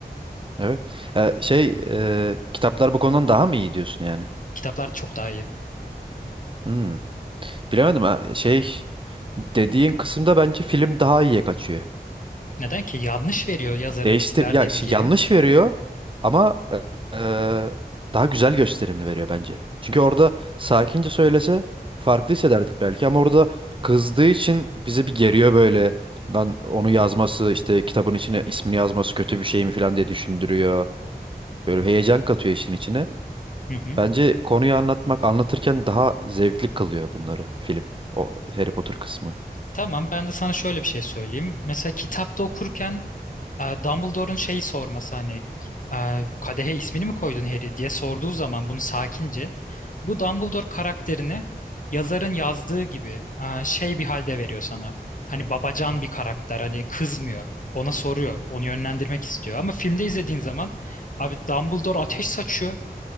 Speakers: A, on the right (about 30°); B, on the left (about 55°).
A: Evet. Ha, şey e, kitaplar bu konudan daha mı iyi diyorsun yani?
B: Kitaplar çok daha iyi.
A: Hmm, bilemedim ha. Şey dediğin kısımda bence film daha iyiye kaçıyor.
B: Neden ki? Yanlış veriyor yazarın
A: Değiştir
B: verdiği
A: ya şey,
B: bilgiyi.
A: yanlış veriyor ama e, e, daha güzel gösterimli veriyor bence. Çünkü orada sakince söylese farklı hissederdik belki ama orada kızdığı için bizi bir geriyor böyle. Lan onu yazması işte kitabın içine ismini yazması kötü bir şey mi falan diye düşündürüyor. Böyle heyecan katıyor işin içine.
B: Hı hı.
A: Bence konuyu anlatmak anlatırken daha zevkli kılıyor bunları film. O Harry Potter kısmı.
B: Tamam ben de sana şöyle bir şey söyleyeyim. Mesela kitapta okurken e, Dumbledore'un şeyi sorması hani e, kadehe ismini mi koydun Harry diye sorduğu zaman bunu sakince bu Dumbledore karakterini yazarın yazdığı gibi e, şey bir halde veriyor sana. Hani babacan bir karakter hani kızmıyor. Ona soruyor. Onu yönlendirmek istiyor. Ama filmde izlediğin zaman abi Dumbledore ateş saçıyor